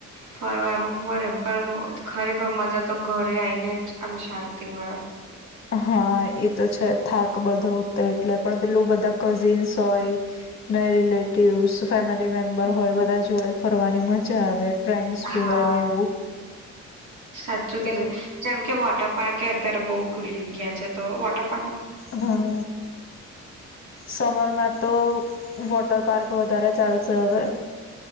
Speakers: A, on the right; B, on the left.
A: ફરવાનું પડેમ પણ ખરેખર મજા તો ઘરે આવીને જ અ શાંતિ મળે
B: હા એ તો છે થાક બધું ઉતર એટલે પણ પેલું બધા કઝિન્સ હોય ને રિલેટિવસ ફેમિલી મેમ્બર
A: હમ.
B: હોય બધા જોડે ફરવાની મજા આવે ફ્રેન્ડ્સ જોડે
A: હા
B: ને એવું
A: સાચું
B: તો
A: કીધું જેમ કે વોટર પાકે અત્યારે બઉુ ખુલી ગયા છે તો વટ
B: હમ સમરમાં તો વોટર પાર્ક વગરા ચાલશેવે